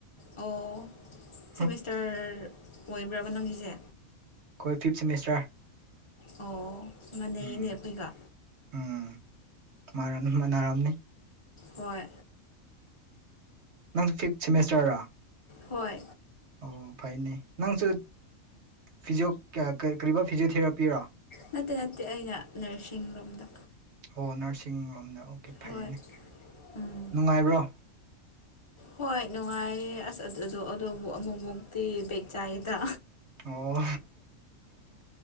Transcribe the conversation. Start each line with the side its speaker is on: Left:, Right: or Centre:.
Left: ꯑꯣ
Right: ꯑꯩꯈꯣꯏ
Left: ꯁꯦꯝꯃꯤꯁꯇꯔ ꯑꯣꯏꯕ꯭ꯔꯕ ꯅꯪꯒꯤꯁꯦ
Right: ꯑꯩꯈꯣꯏ ꯐꯤꯞ ꯁꯦꯝꯃꯤꯁꯇꯔ
Left: ꯑꯣ ꯃꯅꯩꯅꯦ
Right: ꯎꯝ
Left: ꯑꯈꯣꯏꯒ
Right: ꯎꯝ ꯃꯔꯝ ꯃꯅꯥꯔꯝꯅꯤ
Left: ꯍꯣꯏ
Right: ꯅꯪ ꯐꯤꯞ ꯁꯤꯃꯤꯁꯇꯔ ꯔꯥ
Left: ꯍꯣꯏ
Right: ꯑꯣ ꯐꯩꯅꯦ ꯅꯪꯁꯨ ꯐꯤꯖꯤꯑꯣ ꯀꯔꯤꯕꯥ ꯐꯤꯖꯤꯑꯣꯊꯦꯔꯥꯄꯤꯔꯣ
Left: ꯅꯠꯇꯦ ꯅꯠꯇꯦ ꯑꯩꯅ ꯅꯔꯁꯤꯡꯔꯣꯝꯗ
Right: ꯑꯣ ꯅꯔꯁꯤꯡ ꯔꯣꯝꯗ ꯑꯣ ꯐꯩꯅꯦ
Left: ꯍꯣꯏ ꯎꯝ
Right: ꯅꯨꯡꯉꯥꯏꯕ꯭ꯔꯣ
Left: ꯍꯣꯏ ꯅꯨꯡꯉꯥꯏꯌꯦ ꯑꯁ ꯑꯗꯨꯕꯨ ꯑꯃꯨꯛ ꯃꯨꯛꯇꯤ ꯕꯦꯛ ꯆꯥꯏꯌꯦꯗ
Right: ꯑꯣ